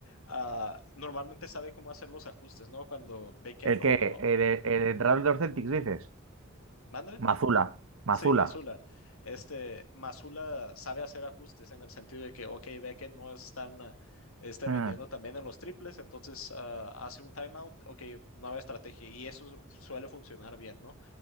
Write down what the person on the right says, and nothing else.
El
que, el, el, el entrenador de los Celtics, dices,
Mazula, Mazula.
mm,